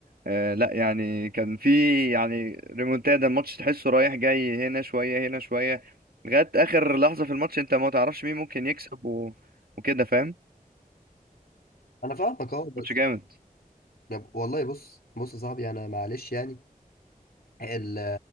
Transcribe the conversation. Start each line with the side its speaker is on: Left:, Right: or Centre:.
Right: آه لا يعني كان في يعني ريمونتادا الماتش تحسه رايح جاي هنا شوية هنا شوية لغاية اخر لحظة في الماتش انت ما تعرفش مين ممكن يكسب و... وكده فاهم
Left: انا فاهمك اه
Right: فماتش
Left: بس
Right: جامد
Left: طب والله بص بص يا صاحبي انا معلش يعني ال